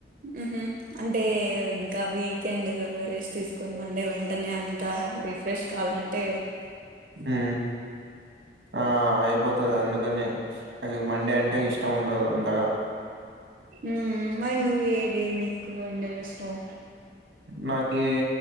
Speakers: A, on the right; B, on the right.
A: మ్ హ్ అంటే ఇంకా వీ కెండ్ రెస్ట్ తీస్కుని మండే వెంటనే అంత రిఫ్రెష్ కాలంటే
B: ఉ ఆ అయిపోతది అందుకనే నాకి మండే అంటే ఇష్టముండదు అంతగా
A: మ్ మరి నువ్ ఏడేని <unintelligible> విశ్వం
B: నాకీ